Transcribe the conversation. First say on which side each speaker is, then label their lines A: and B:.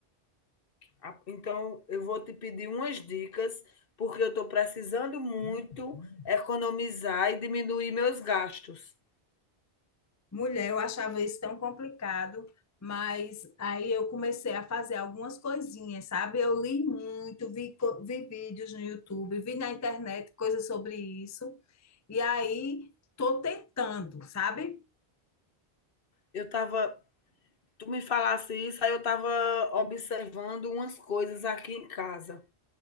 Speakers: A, on the left (about 60°); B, on the left (about 25°).
A: Ah, Então, eu vou te pedir umas dicas, porque eu estou precisando muito economizar e diminuir meus gastos.
B: Mulher, eu achava isso tão complicado, mas aí eu comecei a fazer algumas coisinhas, sabe? Eu li muito, vi, co- vi vídeos no YouTube, vi na internet coisas sobre isso, e aí tô tentando, sabe?
A: Eu tava, tu me falasse isso, aí eu estava observando umas coisas aqui em casa.